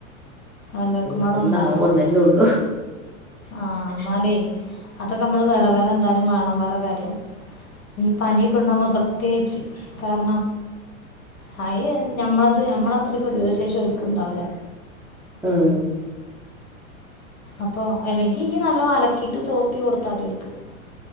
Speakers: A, on the left; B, in the centre.
A: എല്ലാക്കും
B: ഓർത്തുമ്പോ
A: വാടെ ഒന്നാക്കണ്ട
B: ആകെ ഒന്നന്നെ ഉള്ളൂ
A: ആഹ് ഇന്നാലേ അതൊക്. നമ്മൾ വേറെ വേറെ എന്തായാലും വേണം വേറെ കാര്യം. ഈ പന്യാെക്കെ ഇണ്ടാവുംമ്പം പ്രത്യേയിച്ച്. കാർണം ഹയേ ഞമ്മളത് ഞമ്മളത്രിം പ്രതിരോധ ശേഷി ഓൽക്ക് ഇണ്ടാവൂല.
B: ഉം
A: അപ്പൊ അല്ലെങ്കി ഇയ്യ് നല്ലോ അലക്കിട്ട് തോത്തി കൊടുത്താതി ഓൽക്ക്.